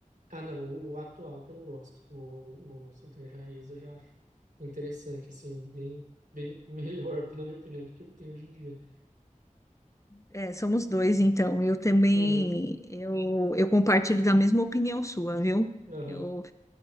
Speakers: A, on the right; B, on the left.
A: Ah, não, o, o atual que eu não gosto. O, o sertanejo raiz eu já acho interessante, assim, bem, bem <laughs> melhor, na minha opinião, do que o que tem hoje em dia.
B: É, somos dois, então. Eu também,
A: Uhum,
B: eu, eu compartilho da mesma opinião sua, viu?
A: aham,
B: Eu,